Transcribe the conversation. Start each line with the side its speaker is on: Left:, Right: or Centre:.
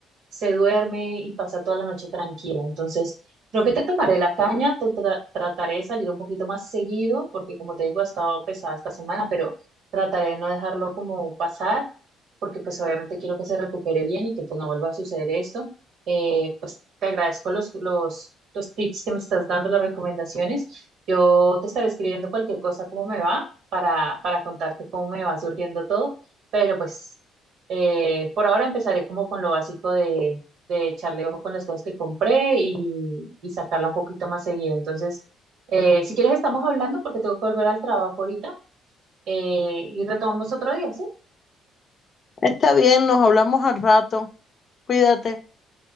Right: se duerme y pasa toda la noche tranquila. Entonces, creo que te tomaré la caña, te tra- trataré de salir un poquito más seguido, porque como te digo, ha estado pesada esta semana, pero trataré de no dejarlo como pasar, porque pues obviamente quiero que se recupere bien y que pues no vuelva a suceder esto. Eh, pues te agradezco los, los, los tips que me estás dando, las recomendaciones. Yo te estaré escribiendo cualquier cosa, cómo me va, para, para contarte cómo me va surgiendo todo, pero pues... Eh, por ahora empezaré como con lo básico de, de echarle ojo con las cosas que compré y, y sacarla un poquito más seguido. Entonces, eh, si quieres, estamos hablando porque tengo que volver al trabajo ahorita eh, y retomamos otro día, ¿sí?
Left: Está bien, nos hablamos al rato. Cuídate.